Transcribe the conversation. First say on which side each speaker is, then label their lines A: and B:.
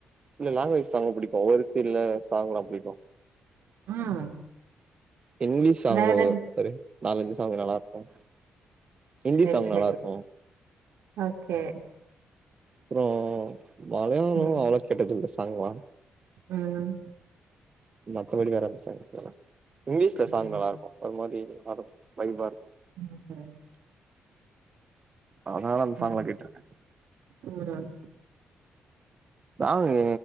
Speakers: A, on the right (about 30°); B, on the right (about 80°).
A: இல்ல லாங்குவேஜ் சாங்கு புடிக்கு ஒவ்வொரு ஃபீல்ட்ல சாங்கலா புடிக்கு
B: ம்
A: ஹிந்தி சாங்கு
B: வேற
A: ஒரு நாலஞ்சு சாங்கு நல்லா இருக்கு ஹிந்தி
B: சரி
A: சாங்
B: சரி
A: நல்லா இருக்கு
B: ஓகே
A: அப்புறோ மலையாளோ
B: ம்
A: அவ்ளோ கேட்டதில்ல சாங்ளா
B: ம்
A: மத்தபடி வேறெந்த சாங்கு கேட்டது இல்ல இங்கிலீஷ்ல
B: ம்
A: சாங் நல்லா இருக்கு அது மாதி வைபா இருக்கு
B: ம்
A: அதனால அந்த சாங்லா
B: ம்
A: கேட்ருக்கே
B: ம்
A: சாங்கு